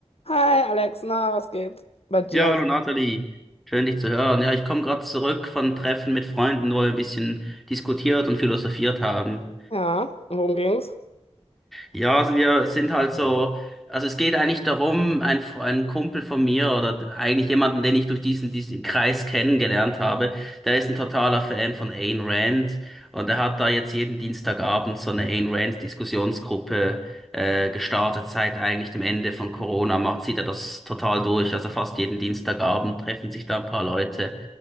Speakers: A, on the left; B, in the centre.
A: Hi Alex, na, was geht bei dir?
B: Ja, hallo
A: so?
B: Nathalie, schön dich zu hören. Ja, ich komme gerade zurück von Treffen mit Freunden, wo wir ein bisschen diskutiert und philosophiert haben.
A: Ja, und worum ging's?
B: Ja, also wir sind halt so, also es geht eigentlich darum, ein, F- ein Kumpel von mir oder eigentlich jemanden, den ich durch diesen, diesen Kreis kennengelernt habe, der ist ein totaler Fan von Ayn Rand und er hat da jetzt jeden Dienstagabend so eine Ayn Rand Diskussionsgruppe äh, gestartet. Seit eigentlich dem Ende von Corona macht, zieht er das total durch. Also fast jeden Dienstagabend treffen sich da ein paar Leute